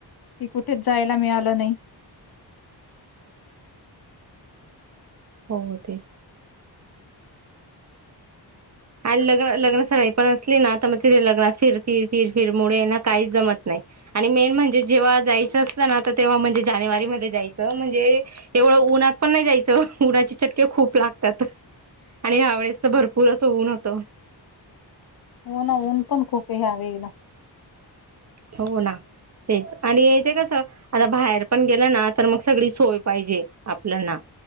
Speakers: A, on the left (about 55°); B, on the right (about 40°).
A: की, कुठेच जायला मिळालं नाही.
B: हो हो ते, आणि लग्न लग्न सराई पण असली ना तर मग ति लग्नास फिर फिर फिर फिर मुळे ना काही जमत नाही. आणि मेन म्हणजे जेव्हा जायचं असत ना तर तेव्हा म्हणजे जानेवारी मध्ये जायचं म्हणजे. एवढं उन्हात पण नाही जायचं उन्हाचे चटके खूप लागतात. आणि ह्या वेळेस तर भरपूरच असं ऊन होतं.
A: होणं ऊन पण खूप यावेळीला.
B: हो ना तेच आणि इथे कसं. आता बाहेर पण गेलं ना तर मग सगळी सोय पाहिजे आपल्याना.